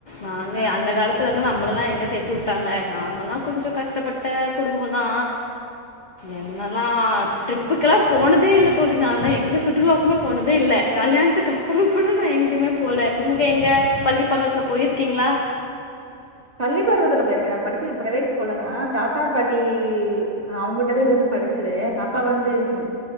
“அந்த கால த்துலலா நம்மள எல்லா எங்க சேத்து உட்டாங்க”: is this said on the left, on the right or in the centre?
Left